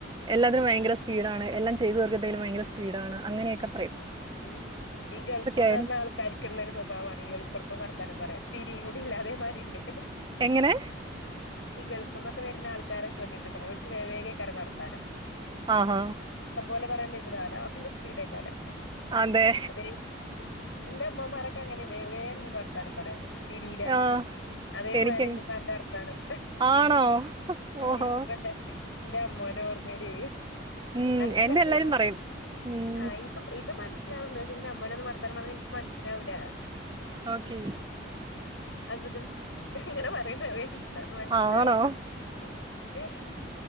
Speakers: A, on the right (about 20°); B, on the left (about 70°).
A: എല്ലാത്തിനും ഭയങ്കര സ്പീഡാണ് എല്ലാം ചെയ്തു തീർക്കുന്നതിലും ഭയങ്കര സ്പീഡാണ് അങ്ങനെയെക്കെ
B: ഈ ഈ ഗൾഫ്ന്ന്
A: ആയാലും
B: വന്ന ആൾക്കാർക്കുള്ള ഒരു സ്വഭാവാണ് ഈ എൾപ്പ എൾപ്പം വർത്താനം പറയാൽ തിരിയും കൂടി ഇല്ല അതേമാതിരി ഇണ്ട്
A: എങ്ങനേ
B: ഈ ഗൾഫ്ന്നൊക്കെ വരുന്ന ആൾക്കാരെ ശ്രദ്ധിച്ച്ക്ക്‌ണോ ഓൽക്ക് വേഗം വേഗേകാരം വർത്താനം
A: ആ ഹാ
B: ഓലെ പറയാൻ വൈക്കൂല അലാക്കിന്റെ സ്പീഡയ്കരം
A: അതെ
B: അതേ നിന്റെമ്മമ്മാരാ അങ്ങനെ വേൻ വർത്താനം പറയാന് തിരൂല
A: ആഹ്
B: അതേമാരി
A: എനിക്കങ്ങ്
B: ഇണ്ട്പ്പം അന്റെ വർത്താനം
A: ആണോ ഓഹോ
B: എനിക്പ്പന്റെ എന്റെ അമ്മോനെ ഓർമ്മടീ
A: ഉം
B: മനസില
A: എന്നെ എല്ലാരും
B: <unintelligible>
A: പറയും ഉം
B: ആ ഇത് മനസ് ന്റെ അമ്മാനൊന്നും വർത്താനം പറഞ്ഞാ എനിക്ക് മനസിലാവുല്ലാ
A: ഓക്കേയ്
B: അൽബുദം ഇങ്ങനെ പറയുന്നവെന്താന്ന് മനസിലാവണ്ടേ
A: ആണോ
B: ഹേ